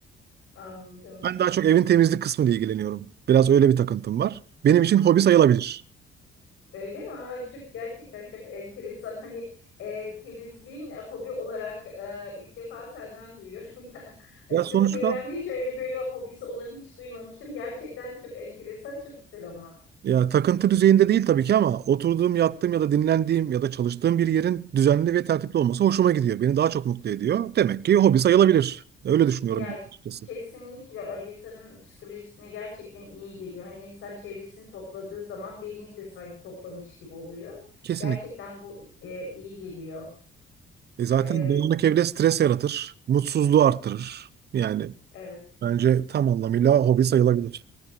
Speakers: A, on the left; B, on the right.
A: anladım.
B: Ben daha çok evin temizlik kısmıyla ilgileniyorum. Biraz öyle bir takıntım var. Benim için hobi sayılabilir.
A: Öyle mi? Aa, çok gerçekten çok enteresan. Hani e, temizliğin e, hobi olarak e, ilk defa senden duyuyorum. <laughs> Ya, Açıkçası
B: Ya sonuçta
A: çevremde hiç öyle böyle hobisi olanı hiç duymamıştım. Gerçekten çok enteresan, çok güzel ama.
B: Ya takıntı düzeyinde değil tabii ki ama oturduğum, yattığım ya da dinlendiğim ya da çalıştığım bir yerin düzenli ve tertipli olması hoşuma gidiyor. Beni daha çok mutlu ediyor. Demek ki hobi sayılabilir. Öyle düşünüyorum
A: Ya
B: ben açıkçası.
A: kesinlikle öyle insanın psikolojisine gerçekten iyi geliyor. Hani insan çevresini topladığı zaman beynini de sanki toplamış gibi oluyor.
B: Kesinlikle.
A: Gerçekten bu e, iyi geliyor.
B: E zaten
A: E,
B: dağınık evde stres yaratır, mutsuzluğu arttırır. Yani
A: evet,
B: bence tam anlamıyla hobi sayılabilir.